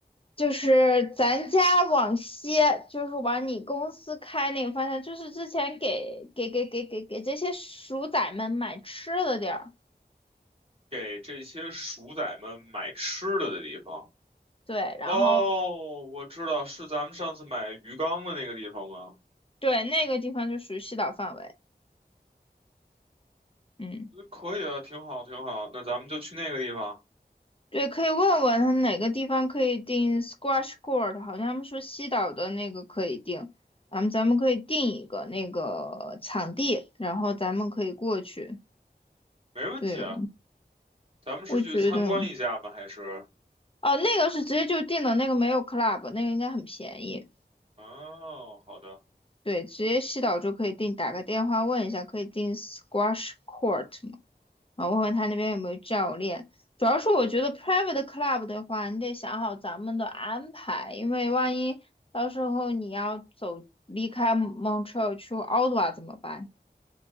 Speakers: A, on the left; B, on the right.
A: 就是咱家往西，就是往你公司开那个方向，就是之前给给给给给给这些鼠仔们买吃的地儿。
B: 给这些鼠仔们买吃的的地方。
A: 对，然后
B: 哦，我知道，是咱们上次买鱼缸的那个地方吗？
A: 对那个地方就属于西岛范围。嗯。
B: 嗯，可以啊，挺好，挺好。那咱们就去那个地方，
A: 对，可以问问他哪个地方可以订 squash court，好像他们说西岛的那个可以订，咱们咱们可以订一个那个场地，然后咱们可以过去。
B: 没问题啊。
A: 对，
B: 咱们是去参观一下吗？
A: 我觉得，
B: 还是？
A: 哦，那个是直接就订的，那个没有 club，那个应该很便宜。
B: 哦，好的。
A: 对，直接西岛就可以订，打个电话问一下，可以订 squash court。吗？啊，我问问他那边有没有教练。主要是我觉得 private club 的话，你得想好咱们的安排，因为万一到时候你要走离开 Montreal 去 o t t 怎么办？